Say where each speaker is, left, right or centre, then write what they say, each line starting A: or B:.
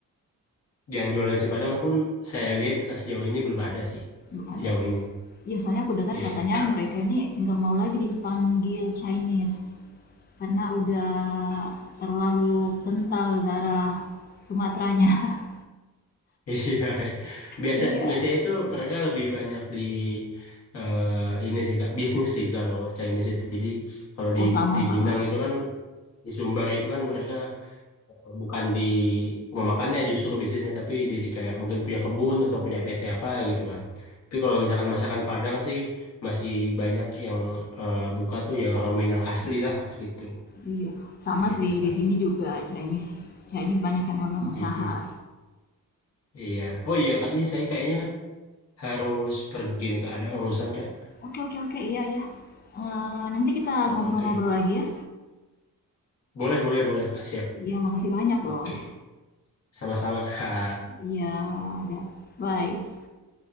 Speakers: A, on the left; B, on the left.
A: Yang jualan nasi Padang pun saya lihat ya, sejauh ini belum ada sih.
B: Belum ada.
A: Sejauh ini.
B: Iya, soalnya aku dengar
A: Iya,
B: katanya <coughs> mereka ini nggak mau lagi dipanggil Chinese. Karena udah terlalu kental darah Sumateranya. <laughs>
A: <laughs> iya. Biasa
B: Iya.
A: biasanya tuh mereka lebih banyak di eh, ini sih Kak, bisnis sih kalau Chinese itu. Jadi kalau di
B: Oh, sama-sama.
A: di Minang itu kan di Sumbar itu kan mereka eh, bukan di rumah makannya justru bisnisnya tapi di kayak mungkin punya kebun atau punya PT apa gitu kan. Tapi kalau misalkan masakan Padang sih masih banyak yang eh, buka tuh ya orang Minang asli lah gitu.
B: Iya. Sama
A: Gitu
B: sih,
A: Kak.
B: di sini juga Chinese. Chinese banyak yang megang usaha.
A: Mm-mm. Iya. Oh iya Kak, nih saya kayaknya harus pergi nih Kak. Ada urusan Kak.
B: Oke oke oke iya iya. Eh, nanti kita
A: Oke,
B: ngobrol-ngobrol lagi ya.
A: boleh, boleh, boleh, Kak. Siap.
B: Iya makasih banyak
A: Oke,
B: loh.
A: sama-sama, Kak.
B: Iya, ada. Bye.